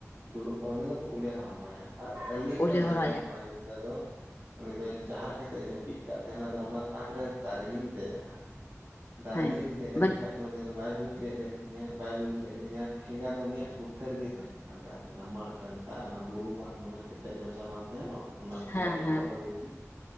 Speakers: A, on the right (about 60°); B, on the left (about 45°).
A: ᱫᱩᱲᱩᱵ ᱠᱚᱜᱼᱟ ᱩᱱᱤ ᱫᱚ ᱩᱞᱮ ᱦᱚᱨᱚᱦᱚᱭᱟ ᱟᱨ ᱟᱹᱞᱤᱧ
B: ᱩᱞᱮ
A: ᱫᱚ ᱵᱟᱨᱭᱟ
B: ᱦᱚᱨᱚᱭᱟ
A: ᱠᱚᱲᱟ ᱜᱤᱫᱽᱨᱟᱹ ᱟᱫᱚ, ᱩᱱᱤ ᱫᱚ ᱪᱟᱦᱟᱜ ᱠᱟᱛᱮᱫ ᱡᱟᱹᱯᱤᱫ ᱠᱟᱫ ᱛᱟᱦᱮᱱᱟ ᱟᱫᱚ ᱚᱱᱟ ᱛᱟᱠᱨᱮ ᱫᱟᱨᱮ ᱞᱤᱧ ᱫᱮᱡ ᱮᱱᱟ ᱾ ᱫᱟᱨᱮ
B: ᱦᱮᱸ
A: ᱞᱤᱧ ᱫᱮᱡ ᱮᱱ
B: ᱦᱮᱸ
A: ᱠᱷᱟᱡᱽ ᱫᱚ ᱩᱱᱤ ᱫᱚ ᱵᱟᱭ ᱵᱩᱡ ᱞᱮᱫ ᱞᱮᱫ ᱛᱤᱧᱟᱹ ᱵᱟᱭ ᱵᱩᱡ ᱞᱮᱫ ᱞᱤᱧᱟᱹ ᱴᱷᱮᱸᱜᱟ ᱫᱚ ᱩᱱᱤᱭᱟᱜ ᱠᱩᱴᱷᱟᱹᱨ ᱜᱮ ᱛᱟᱦᱮᱸᱱ ᱠᱟᱱ ᱛᱟᱦᱮᱸ ᱛᱟᱦᱮᱸᱱᱟ ᱢᱟᱜ ᱰᱟᱱᱴᱟ ᱚᱱᱟ ᱵᱩᱨᱩ ᱢᱟᱜ ᱢᱟᱱᱮ ᱠᱮᱴᱮᱡ ᱢᱟᱪᱷᱟ ᱵᱟᱝ ᱛᱟᱦᱮᱱᱚᱜᱼᱟ ᱚᱱᱟ ᱴᱷᱮᱸᱜᱟ
B: ᱦᱮᱸ
A: ᱴᱟᱜ
B: ᱦᱮᱸ
A: ᱚᱱᱟ ᱵᱩᱨᱜᱩ